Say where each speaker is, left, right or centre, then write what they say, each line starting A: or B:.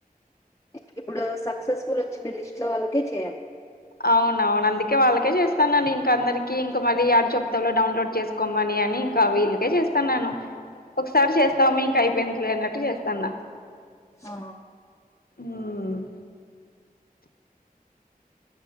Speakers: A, on the left (about 20°); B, on the left (about 80°).
A: ఇ ఇప్పుడు సక్సెస్ఫుల్ వచ్చింది లిస్ట్ లో వాళ్ళకే చెయ్యాలి
B: అవునవును అందుకే వాళ్ళకే చేస్తానని ఇంక, అందరికీ ఇంక మరీ యాడ చెప్తాలె డౌన్లోడ్ చేసుకోమని. అని ఇంకా వీళకే చేస్తాన్నాను, ఒకసారి చేస్తాము ఇంక అయిపోయిందిలే అన్నట్టు చేస్తాన్నా.
A: ఆ
B: ఉమ్.